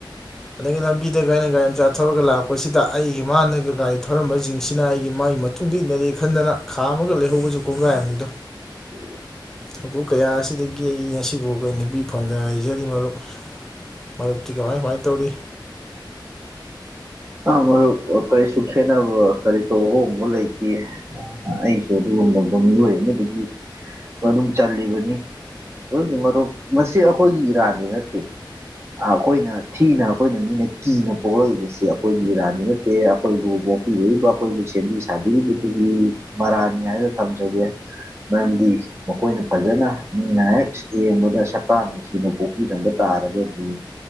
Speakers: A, in the centre; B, on the right.
A: ꯑꯗꯒꯤ ꯂꯝꯕꯤ ꯁꯤꯗꯒꯥꯏꯅ ꯒꯥꯔꯤ ꯃꯆꯥ ꯊꯧꯔꯒ ꯂꯥꯛꯄꯁꯤꯗ ꯑꯩꯒꯤ ꯃꯥꯅꯒ ꯒꯥꯔꯤ ꯊꯧꯔꯝꯕꯁꯤꯡꯁꯤꯅ ꯑꯩꯒꯤ ꯃꯥꯒꯤ ꯇꯨꯡꯗꯤꯟꯅꯔꯦ ꯈꯟꯗꯅ ꯈꯥꯝ ꯑꯃꯒ ꯂꯩꯍꯧꯕꯁꯨ ꯀꯣꯡꯒ꯭ꯔꯥꯏꯝꯅꯤꯗꯣ
B: ꯎꯝ
A: ꯊꯧꯗꯣꯛ ꯀꯌꯥ ꯑꯁꯤꯗꯒꯤ ꯑꯩ ꯉꯁꯤꯕꯨ ꯑꯩꯈꯣꯏ ꯅꯨꯄꯤ ꯐꯝꯗꯅ ꯂꯩꯖꯔꯤ ꯃꯔꯨꯞ ꯃꯔꯨꯞꯇꯤ ꯀꯃꯥꯏ ꯀꯃꯥꯏ ꯇꯧꯔꯤ
B: ꯑ ꯃꯔꯨꯞ ꯀꯔꯤꯁꯨ ꯈꯦꯠꯅꯕ ꯀꯔꯤꯁꯨ ꯑꯍꯣꯡꯕ ꯂꯩꯇꯦ ꯑꯩꯁꯨ ꯑꯗꯨꯒꯨꯝꯗꯧꯕ ꯃꯤꯑꯣꯏ ꯑꯃ ꯃꯅꯨꯡ ꯆꯜꯂꯤꯕꯅꯤꯒꯤ ꯃꯔꯨꯞ ꯃꯁꯤ ꯑꯩꯈꯣꯏꯒꯤ ꯏꯔꯥꯟꯗꯤ ꯅꯠꯇꯦ ꯑꯩꯈꯣꯏꯅ ꯊꯤꯅ ꯑꯩꯈꯣꯏꯅ ꯃꯤꯅ ꯀꯤꯅ ꯄꯣꯛꯂꯛꯏꯕꯁꯦ ꯑꯩꯈꯣꯏꯒꯤ ꯏꯔꯥꯟꯗꯤ ꯅꯠꯇꯦ ꯑꯩꯈꯣꯏꯕꯨ ꯑꯣꯣꯛꯄꯤꯔꯛꯔꯤꯕ ꯑꯩꯈꯣꯏꯕꯨ ꯁꯦꯝꯕꯤ ꯁꯥꯕꯤꯔꯤꯕꯗꯨꯒꯤ ꯃꯔꯥꯅꯤ ꯍꯥꯏꯅ ꯊꯝꯖꯒꯦ ꯃꯔꯝꯗꯤ ꯃꯈꯣꯏꯅ ꯐꯖꯅ ꯃꯤꯅ ꯍꯦꯛ ꯌꯦꯡꯕꯗ ꯁꯇꯥ ꯅꯨꯡꯁꯤꯅ ꯄꯣꯛꯄꯤ ꯆꯟꯕ ꯇꯥꯔꯒꯗꯤ